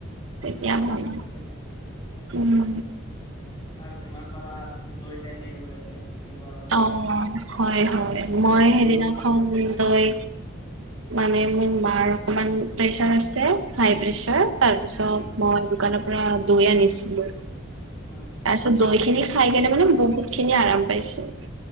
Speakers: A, on the right; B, on the left.
A: তেতিয়া
B: পিটিকাটো
A: ভাল
B: খালে ভাল
A: উম।
B: আৰু যিমান পাৰা দৈ খাই থাকিব লাগে। এই গৰমটোত
A: অ হয় হয় মই
B: দৈটো
A: সেইদিনাখন দৈ মানে মোৰ মাৰ অকণমান প্ৰেছাৰ আছে। হাই প্ৰেছাৰ
B: উম
A: তাৰপিছত
B: উম
A: মই দোকানৰ পৰা দৈ আনিছিলো।
B: উম
A: তাৰপিছত দৈ খিনি খাই কিনে মানে বহুত খিনি আৰাম পাইছে